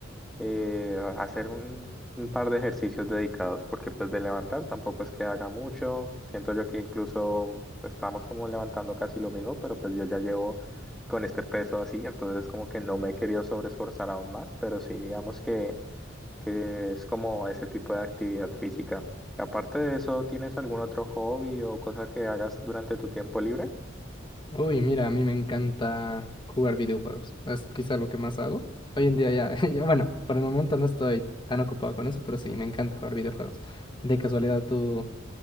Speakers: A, in the centre; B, on the left.
A: eh, a- hacer un, un par de ejercicios dedicados, porque pues de levantar tampoco es que haga mucho. Siento yo que incluso estamos como levantando casi lo mismo, pero pues yo ya llevo con este peso así, entonces como que no me he querido sobreesforzar aún más, pero sí digamos que, que es como ese tipo de actividad física. Aparte de eso, ¿tienes algún otro hobby o cosa que hagas durante tu tiempo libre?
B: Uy, mira, a mí me encanta jugar videojuegos. Es quizá lo que más hago. Hoy en día ya, <laughs> yo, bueno, por el momento no estoy tan ocupado con eso, pero sí, me encanta jugar videojuegos. ¿De casualidad tú,